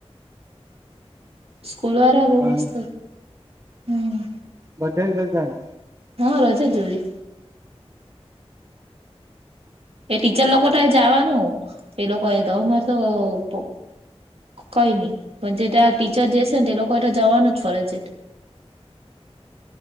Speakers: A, on the right; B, on the right.
A: સ્કૂલ વારા બો
B: પણ
A: મસ્ત. હમ
B: બધે જ રજા ને.
A: હા રજા જ વરી. એ ટીચર લોકો તો જવાનું એ લોકો એ તો મારે તો કઈ નઈ પણ જે તં ટીચર જેશે ને તે લોકો એ તો જવાનું જ ફરજિયાત.